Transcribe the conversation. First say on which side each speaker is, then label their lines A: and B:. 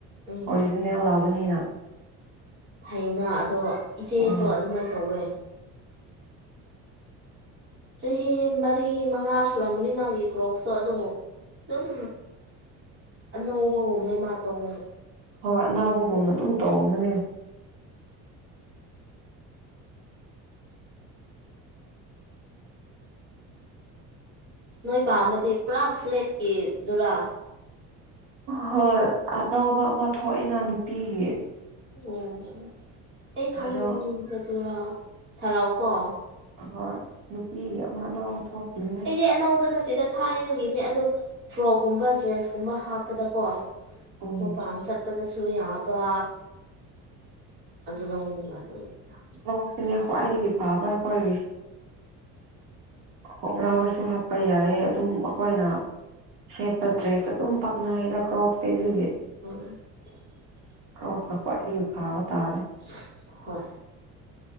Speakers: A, on the right; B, on the right.
A: ꯎꯝ
B: ꯑꯣꯔꯤꯖꯤꯅꯦꯜ ꯂꯥꯎꯕꯅꯤꯅ
A: ꯐꯩꯅ ꯑꯗꯣ ꯏꯆꯦꯁꯨ
B: ꯎꯝ
A: ꯑꯗꯨꯃꯥꯏꯅ ꯇꯧꯋꯦ ꯆꯍꯤ ꯃꯔꯤ ꯃꯉꯥ ꯁꯨꯔꯝꯒꯅꯤ ꯃꯥꯒꯤ ꯀ꯭ꯔꯣꯛꯁꯇꯣ ꯑꯗꯨꯕꯨ ꯑꯗꯨꯝ ꯑꯅꯧꯕꯒꯨꯝꯕ ꯃꯥꯇꯣꯡ
B: ꯍꯣꯏ ꯑꯅꯥꯎꯕꯒꯨꯝꯕ ꯑꯗꯨꯝ ꯇꯣꯡꯕꯅꯦ
A: ꯅꯣꯏ ꯄꯥꯝꯃꯗꯤ ꯄꯨꯔꯥ ꯐ꯭ꯂꯦꯠꯀꯤꯗꯨꯔꯥ
B: ꯍꯣꯏ ꯑꯅꯥꯎꯕ ꯑꯃ ꯊꯣꯛꯑꯦꯅ ꯅꯨꯄꯤꯒꯤ
A: ꯑꯝ ꯍꯦꯛ ꯈꯪꯒꯗꯔ
B: ꯑꯗꯣ
A: ꯊꯔꯥꯎꯀꯣ
B: ꯑꯣꯏ ꯅꯨꯄꯤꯒꯤ ꯑꯃ ꯑꯅꯥꯎꯕ ꯊꯣꯛꯈꯤꯕꯗꯨꯅꯦ
A: ꯁꯤ ꯑꯅꯥꯎꯕ ꯅꯠꯇꯦꯗ ꯊꯥꯏꯅꯒꯤꯅꯦ ꯑꯗꯨ ꯐ꯭ꯔꯣꯛꯀꯨꯝꯕ ꯗ꯭ꯔꯦꯁ ꯀꯨꯝꯕ ꯍꯥꯞꯄꯗꯀꯣ
B: ꯎꯝ
A: ꯃꯄꯥꯟ ꯆꯠ ꯆꯠꯂꯁꯨ ꯌꯥꯕ ꯑꯗꯨ ꯂꯧꯅꯤꯡꯉꯤꯕ ꯑꯗꯨ <unintelligible>
B: ꯀꯔ꯭ꯤꯛꯁꯤꯅꯦ ꯈ꯭ꯋꯥꯏꯗꯒꯤ ꯐꯥꯕ꯭ꯔꯥ <unintelligible> ꯍꯣꯡꯒꯔꯥꯎꯗꯁꯨ ꯍꯥꯞꯄ ꯌꯥꯏꯌꯦ ꯑꯗꯨꯝ ꯑꯩꯈꯣꯏꯅ ꯁꯦꯠꯄꯥ ꯗ꯭ꯔꯦꯁ ꯑꯗꯨꯝ ꯄꯛꯅꯥꯥꯏꯗ ꯀ꯭ꯔꯣꯛꯁꯇꯤ ꯑꯗꯨꯏꯗꯤ
A: <unintelligible>
B: ꯀꯔꯣꯛꯁ ꯅꯥ ꯈꯋ꯭ꯥꯏꯗꯩꯩ ꯐꯕ ꯇꯥꯔꯦ
A: <unintelligible> ꯍꯣꯏ